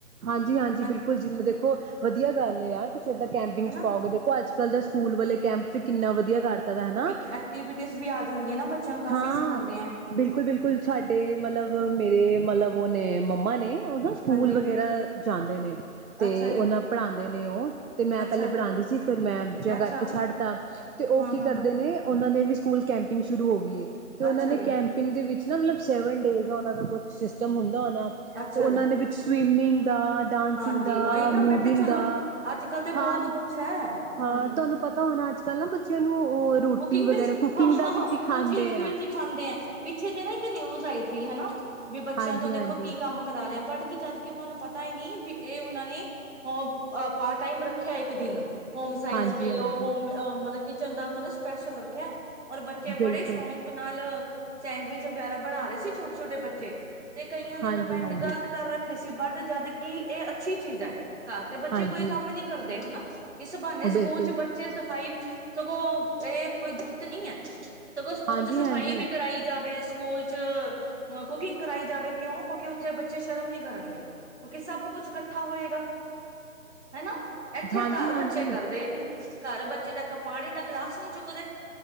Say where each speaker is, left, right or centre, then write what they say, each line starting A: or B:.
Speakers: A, on the right; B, on the right.
A: ਹਾਂਜੀ ਹਾਂਜੀ
B: ਮੈਂ
A: ਬਿਲਕੁਲ
B: ਕਿਹਾ
A: ਜਿਵੇਂ ਦੇਖੋ ਵਧੀਆ ਗੱਲ ਆ ਤੁਸੀਂ ਇੱਦਾਂ ਕੈਂਪਿੰਗ
B: ਹਨਾ
A: ਚ ਪਾਓਗੇ। ਦੇਖੋ ਅੱਜ ਕੱਲ੍ਹ ਦਾ ਸਕੂਲ ਵਾਲੇ ਕੈਂਪ ਫੇਰ ਕਿੰਨਾ ਵਧੀਆ ਕਰਤਾ
B: ਕਿਉਂਕਿ
A: ਹਨਾ।
B: ਐਕਟੀਵਿਟੀਜ਼ ਵੀ ਆ ਜਾਣਗੀਆਂ ਨਾ ਬੱਚਿਆਂ ਨੂੰ ਕਾਫ਼ੀ
A: ਹਾਂ,
B: ਸਿਖਾਉਂਦੇ ਆ
A: ਬਿਲਕੁਲ ਬਿਲਕੁਲ ਸਾਡੇ ਮਤਲਬ
B: ਹਨਾ
A: ਮੇਰੇ ਮਤਲਬ ਉਹ ਨੇ ਮੰਮਾ ਨੇ ਉਦੋਂ ਸਕੂਲ
B: ਹਾਂਜੀ
A: ਵਗੈਰਾ ਜਾਂਦੇ ਨੇ ਤੇ
B: ਅੱਛਾ ਜੀ
A: ਉਹਨਾਂ ਪੜਾਦੇ ਨੇ ਉਹ ਤੇ ਮੈਂ
B: ਅੱਛਾ
A: ਪਹਿਲੇ
B: ਜੀ
A: ਪੜ੍ਹਾਦੇ ਸੀ ਫਿਰ ਮੈਂ ਅਜਿਹਾ
B: ਅੱਛਾ
A: ਕਰਕੇ ਛੱਡ ਤਾਂ ਤੇ ਉਹ
B: ਹਾਂ
A: ਕੀ
B: ਹਾਂ
A: ਕਰਦੇ
B: ਹਾਂ
A: ਨੇ ਉਹ ਓਹਨਾਂ ਦੇ ਵੀ ਸਕੂਲ ਕੈਂਪਿੰਗ ਸ਼ੁਰੂ ਹੋ ਗਈ ਏ। ਤੇ ਉਹ
B: ਅੱਛਾ
A: ਨੇ
B: ਜੀ
A: ਕੈਂਪਿੰਗ ਦੇ ਵਿੱਚ ਨਾ ਮਤਲਬ ਸੈਵਨ ਡੇਜ
B: ਹਮ
A: ਉਹ
B: ਹਮ
A: ਦਾ ਕੁਸ਼ ਸਿਸਟਮ ਹੁਣ ਹੋਣਾ
B: ਅੱਛਾ
A: ਤੇ ਉਹਨਾਂ
B: ਜੀ
A: ਦੇ ਵਿੱਚ ਸ ਸਵਿਮਿੰਗ ਦਾ, ਡਾਂਸਿੰਗ
B: ਹਾਂਜੀ
A: ਦਾ,
B: ਉਹੀ ਨਾ
A: ਮੂਵਿੰਗ
B: ਮੈਂ ਕਿਹਾ ਚਲੋ
A: ਦਾ,
B: ਅੱਜ ਕੱਲ ਤੇ
A: ਹਾਂ-ਹਾਂ
B: ਬਹੁਤ ਕੁਛ ਹੈ ਹਮ
A: ਤੁਹਾਨੂੰ ਪਤਾ ਹੋਣਾ ਅੱਜ-ਕੱਲ੍ਹ ਨਾ ਬੱਚਿਆਂ ਨੂੰ ਉਹ ਰੋਟੀ
B: ਕੁਕਿੰਗ
A: ਵਗੈਰਾ
B: ਵੀ ਸੀ,
A: ਕੁਕਿੰਗ
B: ਹਾਂ।
A: ਦਾ ਵੀ
B: ਕੁਕਿੰਗ
A: ਸਿਖਾਉਂਦੇ ਆ
B: ਵੀ ਸਿਖਾਂਦੇ ਐ, ਪਿੱਛੇ ਜੇ ਨਾ ਇੱਕ ਨਿਊਜ਼ ਆਈ ਸੀ ਹਨਾ ਵੀ ਬੱਚਿਆਂ
A: ਹਾਂਜੀ-ਹਾਂਜੀ,
B: ਤੋਂ ਦੇਖੋ ਕੀ ਕੰਮ ਕਰਾ ਰਿਹੇ ਆ, ਬਟ ਕੀ ਜਦ ਕਿ ਉਹਨਾਂ ਨੂੰ ਪਤਾ ਈ ਨੀ ਬੀ ਇਹ ਉਹਨਾਂ ਨੇ ਓ ਬ ਪਾਰਟ ਟਾਈਮ ਰੱਖਿਆ ਇੱਕ ਦਿਨ। ਹੋਮ ਸਾਇੰਸ
A: ਹਾਂਜੀ-ਹਾਂਜੀ,
B: ਕਹਿ ਲਓ, ਹੋਮ ਓ ਮਤਲਬ ਕਿਚਨ ਦਾ ਉਹਨਾਂ ਨੇ ਸਪੈਸ਼ਲ ਰ ਖਿਆ, ਔਰ ਬੱਚੇ
A: ਬਿਲਕੁਲ
B: ਬੜੇ ਸ਼ੌਕ ਨਾਲ ਸੈਂਡਵਿੱਚ ਵਗੈਰਾ ਬਣਾ ਰਹੇ ਸੀ, ਛੋਟੇ-ਛੋਟੇ ਬੱਚੇ। ਤੇ ਕਈਆਂ ਨੇ
A: ਹਾਂਜੀ-ਹਾਂਜੀ,
B: ਕਮੈਂਟ ਗ਼ਲਤ ਕਰ ਰੱਖੇ ਸੀ, ਬੱਟ ਜੱਦ ਕਿ ਇਹ ਅੱਛੀ ਚੀਜ਼ ਐ। ਘਰ ਤੇ ਬੱਚੇ
A: ਹਾਂਜੀ
B: ਕੋਈ ਕੰਮ
A: ਹਾਂਜੀ
B: ਨੀ ਕਰਦੇ ਹਨਾ, ਇਸ ਬਹਾਨੇ ਸਕੂਲ
A: ਬਿਲਕੁਲ
B: 'ਚ ਬੱਚੇ ਸਫ਼ਾਈ, ਸਗੋਂ ਇਹ ਕੋਈ ਗ਼ਲਤ ਨਹੀਂ ਐ। ਸਗੋਂ ਸਕੂਲ
A: ਹਾਂਜੀ-ਹਾਂਜੀ,
B: 'ਚ ਸਫ਼ਾਈ ਵੀ ਕਰਾਈ ਜਾਵੇ, ਸਕੂਲ 'ਚ ਮ ਕੁਕਿੰਗ ਕਰਾਈ ਜਾਵੇ, ਕਿਉਂ? ਕਿਉਂਕਿ ਉੱਥੇ ਬੱਚੇ ਸ਼ਰਮ ਨੀ ਕਰਨਗੇ, ਕਿਉਂਕਿ ਸਭ ਕੁਛ ਇਕੱਠਾ ਹੋਏਗਾ। ਹਨਾ, ਇੱਥੇ
A: ਹਾਂਜੀ-ਹਾਂਜੀ
B: ਓ ਘਰ ਬੱਚੇ ਕਰਦੇ ਨੀ। ਘਰ ਬੱਚੇ ਦਾ ਇੱਕ ਪਾਣੀ ਦਾ ਗਲਾਸ ਨਹੀਂ ਚੁੱਕਦੇ।